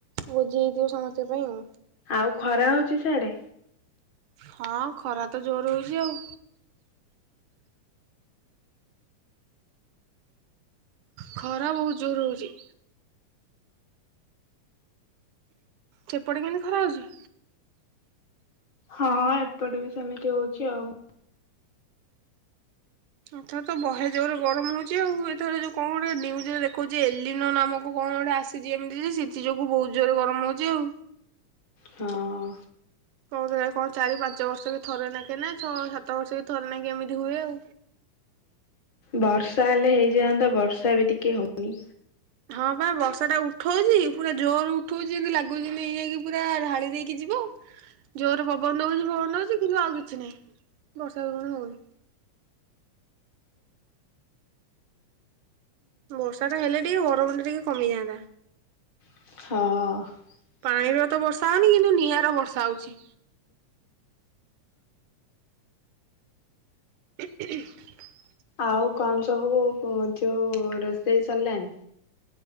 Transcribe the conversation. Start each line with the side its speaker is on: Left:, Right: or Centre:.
Right: ଓ ଯେ ଯୋ ସମସ୍ତଙ୍କ ପାଇଁ ଆଉ
Left: ଆଉ ଖରା ହଉଛି ସେଆଡେ?
Right: ହଁ ଖରା ତ ଜୋର ହଉଛି ଆଉ। ଖରା ବହୁତ ଜୋର ହୋଉଛି। ସେପଟେ କେମିତି ଖରା ହଉଛି?
Left: ହଁ ଏପଟେ ବି ସେମିତି ହଉଛି ଆଉ।
Right: ଏଥର ତ ବହେ ଜୋରେ ଗରମ ହଉଛି ଆଉ ଏଥର ଯୋଉ କଣ ଗୋଟେ ନ୍ୟୁଜରେ ଦେଖୋଉଛି ଏଲିନୋ ନାମକ କଣ ଗୋଟେ ଆସିଛି ଏମିତି ଯେ ସେଥି ଯୋଗୁ ବହୁତ ଜୋରରେ ଗରମ ହଉଛି ଆଉ।
Left: ହଁ
Right: କ କଣ ଚାରି ପାଞ୍ଚ ବର୍ଷକେ ଥରେ ନାଖେ ନା ଛଅ ସାତ ବର୍ଷକେ ଥରେ ନାକେ ଏମିତି ହୁଏ ଆଉ।
Left: ବର୍ଷା ହେଲେ ହେଇଯାଆନ୍ତା ବର୍ଷା ବି ଟିକେ ହଉନି।
Right: ହଁ ପା ବର୍ଷା ଟା ଉଠଉଛି ପୁରା ଜୋର ଉଠଉଛି ଯେମିତି ଲାଗୁଛି ଏଇ ଯାଇକି ପୁରା ଢାଳି ଦେଇକି ଯିବ ଜୋର ପବନ ହଉଛି ପବନ ହଉଛି କିନ୍ତୁ ଆଉ କିଛି ନାହିଁ ବର୍ଷା ପବନ ହଉନି। ବର୍ଷା ର ହେଲେ ଟିକେ ଗରମ ଟିକେ କମି ଯାଆନ୍ତା।
Left: ହଁ
Right: ପାଣିର ତ ବର୍ଷା ହଉନି କିନ୍ତୁ ନିଆଁର ବର୍ଷା ହଉଛି। <inaudible>
Left: ଆଉ କଣ ସବୁ କୋହୁ ହଁ ଯୋଉ ରୋଷେଇ ସରିଲାଣି?